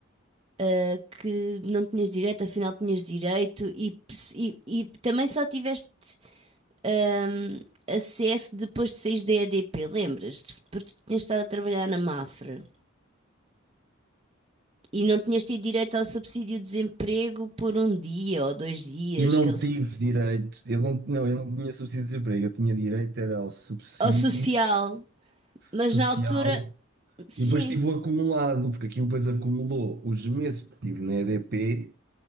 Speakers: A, on the right; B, on the right.
A: ah, que não tinhas direito, afinal tinhas direito, e, pes- e- e também só tiveste, ahm, acesso depois de saís da EDP, lembras-te? Porque tu tinhas estado a trabalhar na Mafra. E não tinhas tido direito ao subsídio de desemprego por um dia ou dois dias,
B: E não
A: que eles-
B: tive direito, eu não, não, eu não tinha subsídio de desemprego, eu tinha direito era ao subsídio
A: ao social, mas
B: social
A: na altura, sim,
B: e depois tive o acumulado, porque aquilo depois acumulou os meses que tive na EDP,